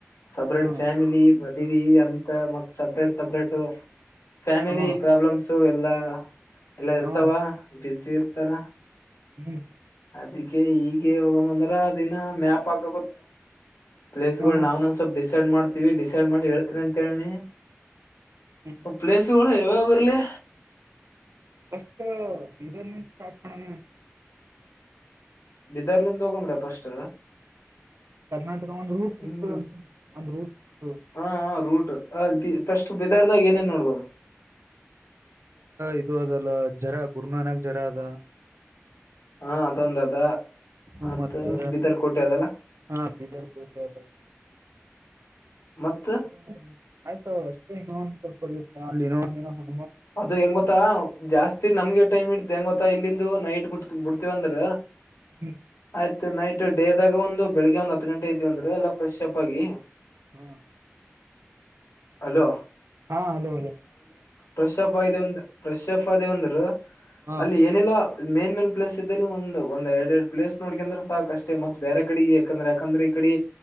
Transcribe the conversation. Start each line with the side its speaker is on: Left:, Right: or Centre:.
Left: ಸಪ್ರೇಟ್
Right: ಹಾ
Left: ಫ್ಯಾಮಿಲಿ ಮದ್ವಿ ಅಂತ ಮತ್ ಸಪ್ರೇಟ್ ಸಪ್ರೇಟ್ ಫ್ಯಾಮಿಲಿ
Right: ಹಾ
Left: ಪ್ರಾಬ್ಲಮ್ಸು ಎಲ್ಲಾ ಎಲ್ಲಾ ಇರ್ತಾವ
Right: ಹಾ
Left: ಬೀಜಿ ಇರ್ತಾರ
Right: ಹ್ಮ್
Left: ಅದಿಕ್ಕೆ ಈಗೆ ಹೋಗಮ್ಮ ಅಂದ್ರ ಅದಿನ ಮ್ಯಾಪಕ್ ಪ್ಲೇಸ್ಗಳು
Right: ಹಾ
Left: ನಾವ್ ಸ್ವಲ್ ಡಿಸೈಡ್ ಮಾಡ್ ಡಿಸೈಡ್ ಮಾಡಿ ಹೇಳ್ತೀನಿ ಅಂತೇಳಿನಿ
Right: ಹ್ಮ್
Left: ಅವು ಪ್ಲೇಸಗಳು ಹೋಗಿಬರಲ್ಲಿ
Right: ಫಸ್ಟ್ ಡಿಸೈನಿಂದ ಸಾರ್ಟ್ ಮಾಡಮ್ಮೆನಂತಿನಿ
Left: ಬೀದರಲಿಂದ ಹೋಗಮ್ರೆ ಪಸ್ಟ್
Right: ಕರ್ನಾಟಕ ಒಂದ್ ರೂಟ್ ಸಿಗ್ತ
Left: ಹ್ಮ್
Right: ಅಂತನಿ ಒಂದ್ ರೂಟ್ ಸಿಗ್ತು
Left: ಹ ರೂಟ್ ಫಸ್ಟ್ ಬಿದಾರದಾಗ ಏನೇನ್ ನೋಡ್ಬೋದು
Right: ಇದು ಅದಲ್ಲ ಜರಾ ಗುರುನಾನಾಕ ಜರಾ ಅದ
Left: ಹಾ ಅದೊಂದ ಅದ
Right: ಹ
Left: ಮತ್ತ
Right: ಮತ್ತೆ
Left: ಬಿದರ್ ಕೋಟೆ ಅದಲ್ಲ
Right: ಹಾ ಬೀದರ್ ಕೋಟೆ ಅದ
Left: ಮತ್
Right: ಹ ಆಯ್ತಷ್ಟೇವಲ್ಪ <unintelligible>
Left: ಅದು ಹೆಂಗ ಗೊತ್ತಾ ಜಾಸ್ತಿ ನಮ್ಗೆ ಟೈಮ್ ಇಡ್ತ ಹೆಂಗ ಗೊತ್ತಾ ಇಲ್ಲಿಂದು ನೈಟ್ ಬಿಟ್ಟ ಬಿಡ್ತೀವಂದ್ರ
Right: ಹ್ಮ್
Left: ಆಯ್ತು ನೈಟ್ ಡೇದಾಗ ಒಂದು ಬೆಳಿಗ್ಗೆ ಒಂದ್ ಹತ್ತು ಗಂಟೆ ಇದವಿ ಅಂದ್ರೆ ಎಲ್ಲಾ ಫ್ರೆಶ್ ಅಪ್ ಆಗಿ
Right: ಹ್ಮ್
Left: ಅಲೋ
Right: ಹಾ ಅಲೋ ಅಲೋ
Left: ಪ್ರಶ್ಯಪ್ ಆಗ ಒಂದ ಪ್ರಶ್ಯಪ್ ಆದವಿ ಅಂದ್ರ
Right: ಹಾ
Left: ಅಲ್ಲಿ ಏನಿಲ್ಲ ಮೇನ್ ಮೇನ ಪ್ಲೇಸಿದಲಿ ಒಂದ ಎರ ಎರಡ್ ಪ್ಲೇಸ ನೋಡಕೆಂದ್ರ ಸಾಕ ಅಷ್ಟೇ ಮತ್ತ ಬೇರೆ ಕಡೆ ಯಾಕಂದ್ರೆ ಯಾಕಂದ್ರೆ ಆ ಕಡೆ